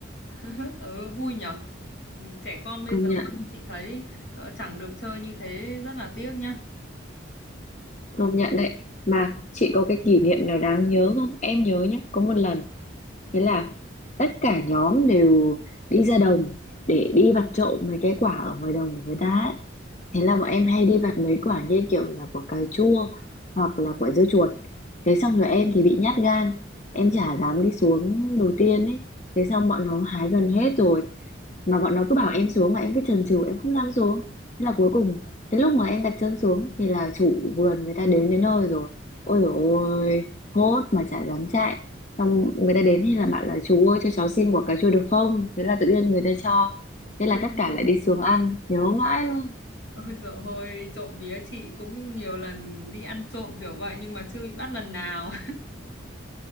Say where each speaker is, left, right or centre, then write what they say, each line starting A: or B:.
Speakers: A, on the left; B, on the left.
A: <laughs> ừ, vui nhở trẻ con bây
B: công
A: giờ
B: nhận
A: chị thấy ờ, chẳng được chơi như thế rất là tiếc nhá
B: công nhận đấy mà chị có cái kỷ niệm nào đáng nhớ không em nhớ nhé có một lần Thế là tất cả nhóm đều đi ra đồng để đi vặt trộm mấy cái quả ở ngoài đồng của người ta ấy. Thế là bọn em hay đi vặt mấy quả như kiểu là quả cà chua hoặc là quả dưa chuột. Thế xong rồi em thì bị nhát gan, em chả dám đi xuống đầu tiên ấy. Thế xong bọn nó hái gần hết rồi mà bọn nó cứ bảo em xuống mà em cứ chần chừ em không dám xuống. Thế là cuối cùng cái lúc mà em đặt chân xuống thì là chủ vườn người ta đến đến nơi rồi. Ôi dồi ôi, hốt mà chả dám chạy xong người ta đến thì là bảo là chú ơi cho cháu xin quả cà chua được không thế là tự nhiên người ta cho thế là
A: <laughs>
B: tất cả lại đi xuống ăn nhớ mãi luôn
A: ôi dồi ôi trộm vía chị cũng nhiều lần đi ăn trộm kiểu vậy nhưng mà chưa bị bắt lần nào